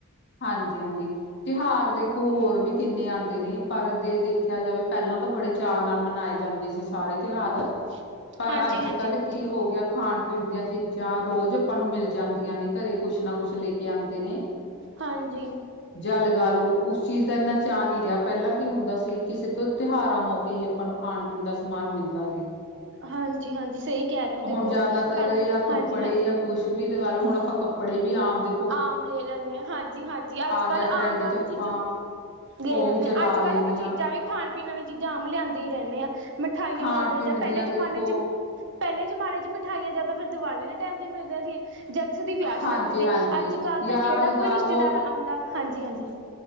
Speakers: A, on the left; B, on the right.
A: ਹਾਂਜੀ ਹਾਂਜੀ। ਤਿਉਹਾਰ ਦੇਖੋ ਹੋਰ ਵੀ ਕਿੰਨੇ ਆਉਂਦੇ ਨੇ ਪਰ ਜੇ ਦੇਖਿਆ ਜਾਵੇ ਪੈਂਲਾਂ ਤਾਂ ਬੜੇ ਚਾਅ ਨਾਲ ਮਨਾਏ ਜਾਂਦੇ ਸੀ ਸਾਰੇ ਤਿਉਹਾਰ।
B: <inaudible>
A: ਪਰ ਅੱਜ
B: ਹਾਂਜੀ।
A: ਕੱਲ੍ਹ ਕੀ ਹੋ ਗਿਆ ਖਾਣ ਪੀਣ ਦੀਆਂ ਚੀਜ਼ਾਂ ਰੋਜ ਆਪਾਂ ਨੂੰ ਮਿਲ ਜਾਂਦੀਆਂ ਨੇ ਕਰੇ ਕੁਛ ਨਾ ਕੁਛ ਲੇਕੇ ਆਂਦੇ ਨੇ।
B: ਹਾਂਜੀ।
A: ਜਾਂ ਲਗਾ ਲਓ ਉਸ ਚੀਜ਼ ਦਾ ਇੰਨਾ ਚਾਅ ਨਹੀਂ ਰਿਹਾ ਪਹਿਲਾਂ ਕੀ ਹੁੰਦਾ ਸੀ ਕਿ ਸਿਰਫ ਤਿਉਹਾਰਾਂ ਮੌਕੇ ਹੀ ਆਪਾਂ ਨੂੰ ਖਾਣ ਪੀਣ ਦਾ ਸਮਾਨ ਮਿਲਦਾ ਸੀ।
B: ਹਾਂਜੀ ਹਾਂਜੀ ਸਹੀ ਕਹਿ ਰਹੇਓ
A: ਹੁਣ
B: ਦੇਖੋ,
A: ਜ਼ਿਆਦਾਤਰ
B: ਪਹਿਲਾਂ
A: ਜਾਂ ਕੱਪੜੇ
B: ਹਾਂਜੀ ਹਾਂਜੀ
A: ਜਾਂ ਕੁਛ ਵੀ ਲਗਾ ਲੋ ਹੁਣ, ਆਪਾਂ ਕੱਪੜੇ ਵੀ ਆਮ ਦੇ
B: ਆਮ ਲੇ ਲੈਨੇ ਆਂ, ਹਾਂ ਜੀ ਹਾਂਜੀ ਅੱਜ ਕੱਲ
A: ਗਿਆ ਟਰੈਂਡ
B: ਆਮ
A: ਚ
B: ਆਪ
A: ਆਪਾਂ
B: ਚੀਜ਼ਾਂ ਦੇਏ
A: ਉਹੀ
B: ਜਾਨੇ
A: ਚਲਾ
B: ਅੱਜਕਲ੍ਹ
A: ਲੈਂਦੇ
B: ਆਪਾਂ
A: ਹਾਂ
B: ਚੀਜ਼ਾਂ ਵੀ ਖਾਣ ਪੀਣ ਆਲੀਆਂ ਚੀਜ਼ਾਂ ਆਮ ਲਿਆਂਦੇ ਹੀ ਰਹਿੰਦੇ ਆ ਮਿਠਾਈਆਂ
A: ਖਾਣ
B: ਹੋ ਗਈਆਂ
A: ਪੀਣ
B: ਜਾਂ ਪਹਿਲੇ
A: ਦੀਆਂ
B: ਜਮਾਨੇ
A: ਦੇਖੋ
B: ਚ ਪਹਿਲੇ ਜਮਾਨੇ ਚ ਮਿਠਾਈਆਂ ਜਿਆਦਾ ਦੀਵਾਲੀ ਦੇ ਟੈਮ ਤੇ ਮਿਲਦੀਆਂ ਸੀ ਯਾਂ ਕਿਸੇ ਦੀ ਵਿਯਾ ਸ਼ਾਦੀ
A: ਹਾਂਜੀ
B: ਤੇ।
A: ਹਾਂਜੀ
B: ਅੱਜ ਕਲ੍ਹ ਤਾਂ
A: ਜਾਂ
B: ਜੇੜਾ
A: ਲਗਾ
B: ਕੋਈ ਰਿਸ਼ਤੇਦਾਰ
A: ਲਓ
B: ਆਂਦਾ ਹਾਂਜੀ ਹਾਂਜੀ